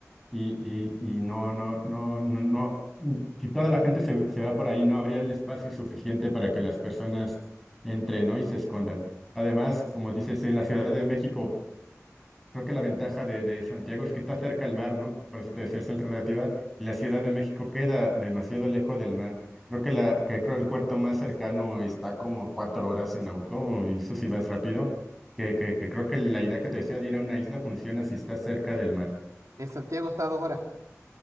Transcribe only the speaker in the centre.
y, y, y no, no, no, no, no, mm, si toda la gente se, se va por ahí, no habría el espacio suficiente para que las personas entren, ¿no? y se escondan. Además, como dices, en la Ciudad de México, creo que la ventaja de, de Santiago es que está cerca al mar, ¿no? Por eso te decía esa alternativa, y la Ciudad de México queda demasiado lejos del mar. Creo que, la, que creo el puerto más cercano está como cuatro horas en auto, y eso si vas rápido, que, que, que creo que la idea que te decía de ir a una isla funciona si estás cerca del mar.